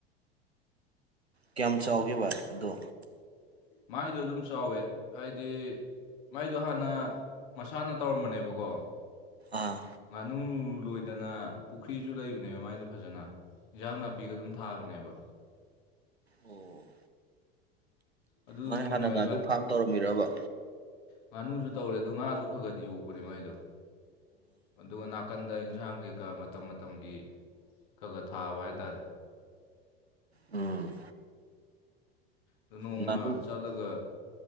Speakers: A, on the right; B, on the left.
A: ꯀꯌꯥꯝ ꯆꯥꯎꯒꯦꯕ ꯑꯗꯣ
B: ꯃꯥꯏꯗꯣ ꯑꯗꯨꯝ ꯆꯥꯎꯋꯦ ꯍꯥꯏꯗꯤ ꯃꯥꯏꯗꯣ ꯍꯥꯟꯅ ꯃꯁꯥꯅ ꯇꯧꯔꯝꯕꯅꯦꯕꯀꯣ
A: ꯑꯥ
B: ꯉꯅꯨꯅꯨꯔ ꯂꯣꯏꯗꯅ ꯄꯨꯈ꯭ꯔꯤꯁꯨ ꯂꯩꯕꯅꯦꯕ ꯃꯥꯏꯗꯣ ꯐꯖꯅ ꯏꯟꯖꯥꯡ ꯅꯥꯄꯤꯒ ꯑꯗꯨꯝ ꯊꯥꯕꯅꯦꯕ
A: ꯑꯣ
B: ꯑꯗꯨꯗꯣ
A: ꯃꯥꯏ
B: ꯅꯣꯡꯃ
A: ꯍꯥꯟꯅ ꯉꯥꯅꯨ ꯐꯥꯝ ꯇꯧꯔꯝꯃꯤꯔꯕ
B: ꯉꯥꯅꯨꯖꯨ ꯇꯧꯔꯦ ꯑꯗꯣ ꯉꯥꯖꯨ ꯈꯒꯗꯤ ꯌꯣꯛꯄꯅꯦ ꯃꯥꯏꯗꯣ ꯑꯗꯨꯒ ꯅꯥꯀꯟꯗ ꯑꯩꯅ ꯑꯦꯟꯖꯥꯡ ꯀꯩꯀꯥ ꯃꯇꯝ ꯃꯇꯝꯒꯤ ꯈꯒ ꯊꯥꯕ ꯍꯥꯏꯇꯥꯔꯦ
A: ꯎꯝ
B: ꯑꯗ ꯅꯣꯡꯃ
A: ꯉꯥꯅꯨ
B: ꯆꯠꯂꯒ